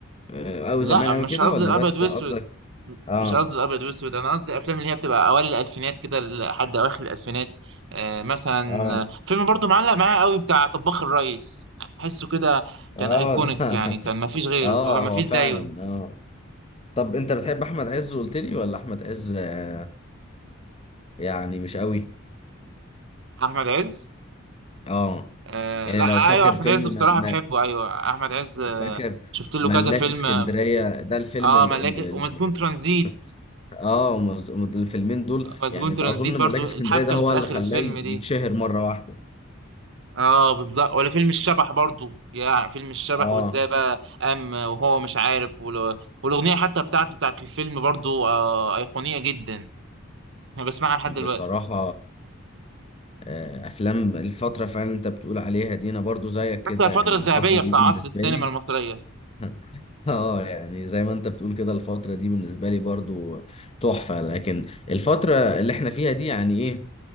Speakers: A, on the left; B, on the right.
A: آه، او
B: لا
A: زمان اوي
B: مش
A: كده
B: قصدي
A: ولا
B: الابيض
A: بس
B: واسود
A: قصدك اه
B: مش قصدي الابيض واسود انا قصدي الافلام اللي هي بتبقى اوائل الالفينات كده لحد اواخر الالفينات آه مثلا
A: اه
B: آه، فيلم برضو معلق معايا قوي بتاع طباخ الريس احسه كده
A: اه
B: كان ايكونيك
A: <laughs> ده
B: يعني كان مفيش غيره
A: اه
B: مفيش
A: هو فعلا
B: زيه
A: اه طب انت بتحب احمد عز قلت لي ولا احمد عز آه، يعني مش قوي
B: احمد عز
A: اه
B: آه
A: يعني
B: لا
A: لو فاكر
B: ايوه احمد
A: فيلم
B: عز بصراحه
A: م...
B: بحبه ايوه احمد عز آه،
A: م... فاكر
B: شفت له
A: ملاكي
B: كذا فيلم
A: اسكندرية
B: اه
A: ده الفيلم
B: آه،
A: ال...
B: ملاك
A: ال...
B: ومسجون ترانزيت
A: ال... اه مز- مز- الفيلمين دول
B: مسجون
A: يعني
B: ترانزيت
A: اظن
B: برضو
A: ملاك اسكندريه
B: الحبكه
A: ده
B: اللي
A: هو
B: في
A: اللي
B: اخر
A: خلاه
B: الفيلم دي
A: يتشهر مره واحده
B: اه بالظبط ولا فيلم الشبح برضو يا فيلم الشبح
A: اه
B: وازاي بقى قام وهو مش عارف ولا- والاغنيه حتى بتاعت بتاعت الفيلم برضو آه ايقونيه جدا انا بسمعها لحد دلوقتي
A: بصراحه آه، افلام الفتره فعلا انت بتقول عليها دي انا برضو زيك كده
B: بس الفتره
A: يعني
B: الذهبيه
A: الفتره دي
B: بتاع
A: بالنسبه
B: عصر السينما
A: لي
B: المصريه
A: <laughs> اه يعني زي ما انت بتقول كده الفتره دي بالنسبه لي برضو تحفه لكن الفتره اللي احنا فيها دي يعني ايه